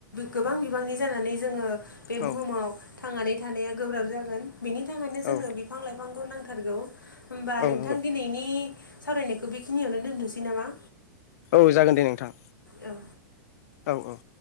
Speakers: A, on the left; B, on the left.
A: गोबां बिबांनि जानानै जोङो बे
B: औ
A: बुहुमाव थांनानै थानाया गोब्राब जागोन बेनि थाखायनो जोंनो
B: औ
A: बिफां लाइफांखौ नां थारगौ होनोमबा
B: औ
A: नोंथां
B: नंगौ
A: दिनैनि सावरायनायखौ बेखिनियावनो दोनथ'सै नामा
B: औ जागोन दे नोंथां।
A: औ।
B: औ औ।